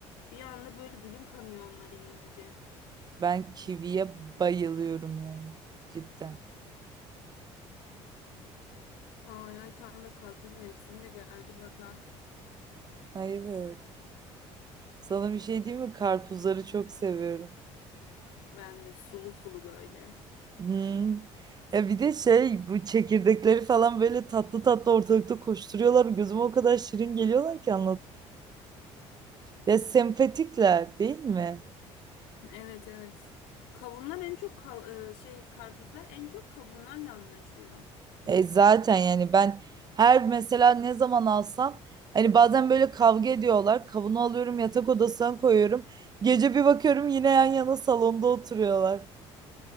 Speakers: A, on the left; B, on the right.
A: bir anda böyle dilim kanıyor onları yiyince.
B: Ben kiviye bayılıyorum yani cidden.
A: Ay ay tam da karpuz mevsimi de geldi bak ha.
B: Ay evet. Sana bir şey diyeyim mi? Karpuzları çok seviyorum.
A: Ben de sulu sulu böyle.
B: Hmm. Ya bir de şey bu çekirdekleri falan böyle tatlı tatlı ortalıkta koşturuyorlar. Gözüme o kadar şirin geliyorlar ki anlat. Ya sempatikler değil mi?
A: Evet evet. Kavunlar en çok kav- e, şey karpuzlar en çok kavunlarla anlaşıyor.
B: E zaten yani ben her mesela ne zaman alsam hani bazen böyle kavga ediyorlar. Kavunu alıyorum yatak odasına koyuyorum. Gece bir bakıyorum yine yan yana salonda oturuyorlar.